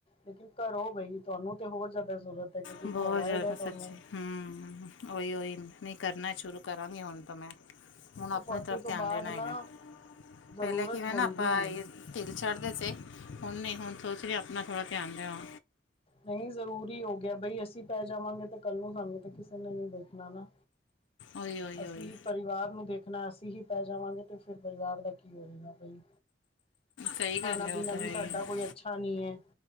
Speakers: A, on the left; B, on the left.
A: ਲੇਕਿਨ ਘਰੋਂ ਬਈ ਤੁਹਾਨੂੰ ਤੇ ਹੋਰ ਜ਼ਿਆਦਾ ਜ਼ਰੂਰਤ ਹੈ ਕਿਉਂਕਿ
B: ਬਹੁਤ
A: ਥਾਇਰਾਇਡ
B: ਜ਼ਿਆਦਾ
A: ਹੈ ਤੁਹਾਨੂੰ।
B: ਸੱਚੀ ਹੂੰ ਉਹੀ-ਉਹੀ ਮੈਂ ਕਰਨਾ- ਸ਼ੁਰੂ ਕਰਾਂਗੀ ਹੁਣ ਤਾਂ ਮੈਂ,
A: ਕਿਉਂਕਿ
B: ਹੁਣ ਆਪਣੀ ਤਰਫ
A: ਤੋਂ
B: ਧਿਆਨ
A: ਬਾਅਦ
B: ਦੇਣਾ
A: ਨਾ
B: ਹੈਗਾ।
A: ਜ਼ਰੂਰਤ
B: ਪਹਿਲੇ ਕਿਵੇਂ
A: ਹੁੰਦੀ
B: ਨਾ ਆਪਾਂ
A: ਹੈ
B: ਤਿਲ ਛੱਡਦੇ ਸੀ, ਹੁਣ ਨਹੀਂ ਹੁਣ ਸੋਚ ਰਹੇ ਆ ਆਪਣਾ ਥੋੜ੍ਹਾ ਧਿਆਨ ਦੇਵਾਂ।
A: ਨਹੀਂ ਜ਼ਰੂਰੀ ਹੋ ਗਿਆ ਬਈ ਅਸੀਂ ਪੈ ਜਾਵਾਂਗੇ ਤੇ ਕੱਲ ਨੂੰ ਸਾਨੂੰ ਤੇ ਕਿਸੇ ਨੇ ਨਹੀਂ ਦੇਖ ਨਾ ਗਾ।
B: ਉਹੀ ਉਹੀ
A: ਅਸੀਂ
B: ਉਹੀ
A: ਪਰਿਵਾਰ ਨੂੰ ਦੇਖ ਨਾ ਅਸੀਂ ਹੀ ਪੈ ਜਾਵਾਂਗੇ ਤੇ ਫਿਰ ਪਰਿਵਾਰ ਦਾ ਕੀ ਹੋ ਜਾਏਗਾ ਬਈ।
B: ਸਹੀ
A: ਖਾਣਾ-ਪੀਣਾ
B: ਕਰ ਲਿਆ ਉਹ ਤਾਂ
A: ਵੀ
B: ਹੈ
A: ਸਾਡਾ
B: ਹੀ ਹੈ।
A: ਕੋਈ ਅੱਛਾ ਨਹੀਂ ਏ,